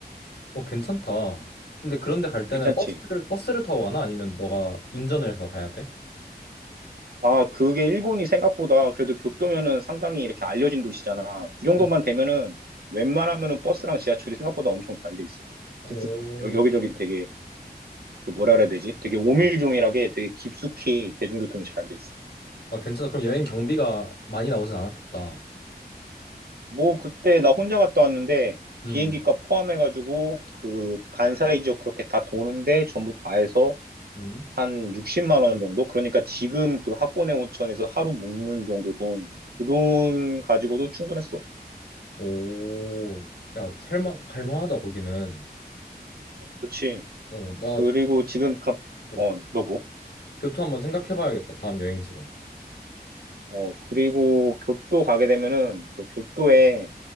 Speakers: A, on the left; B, on the right.
A: 괜찮다. 근데 그런데 갈 때는
B: 괜찮지?
A: 버스를, 버스를 타고 가나? 아니면 너가 운전을 해서 가야 돼?
B: 아, 그게 일본이 생각보다 그래도 교토면은 상당히 이렇게 알려진 도시잖아. 그 정도만
A: 음.
B: 되면은 웬만하면은 버스랑 지하철이 생각보다 엄청 잘 돼 있어.
A: 오.
B: 깊숙, 여- 여기저기 되게, 그 뭐라 그래야 되지? 되게 오밀조밀하게
A: 어.
B: 되게 깊숙이 대중교통이 잘 돼 있어.
A: 아, 괜찮아. 그럼 여행 경비가 많이 나오진 않았겠다.
B: 뭐 그때 나 혼자 갔다 왔는데
A: 음.
B: 비행기값 포함해가지고 그 간사이 지역 그렇게 다 도는데 전부 다 해서
A: 음.
B: 한 60만 원 정도? 그러니까 지금 그 학군의 온천에서 하루 묵는 정도 돈, 그 돈 가지고도 충분했어.
A: 오. 야, 살만 갈만하다 거기는.
B: 그렇지.
A: 어, 나
B: 그리고
A: 도-
B: 지금 갑,
A: 그
B: 어, 너 뭐?
A: 교토 한번 생각해 봐야겠다. 다음 여행지로.
B: 어, 그리고 교토 가게 되면은 그 교토에